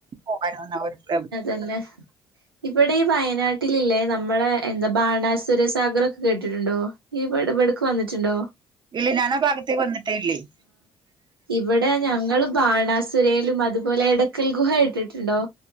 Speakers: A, on the right; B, on the right.
A: പോവായിരുന്നുന്നാ <unintelligible>
B: പിന്നെ ഇവിടെ ഈ വയനാട്ടിലില്ലേ നമ്മളെ എന്താ ബാണാസുര സാഗർ ഒക്കെ കേട്ടിട്ടുണ്ടോ ഇവിടെ ഇവട്ക്ക് വന്നിട്ടുണ്ടോ
A: ഇല്ല ഞാനാ ഭാഗത്തേക്ക് വന്നിട്ടേ ഇല്ലേയ്
B: ഇവടെ ഞങ്ങള് ബാണാസുരേലും അതുപോൽ ല്ല എടക്കൽ ഗുഹ കേട്ടിട്ടുണ്ടോ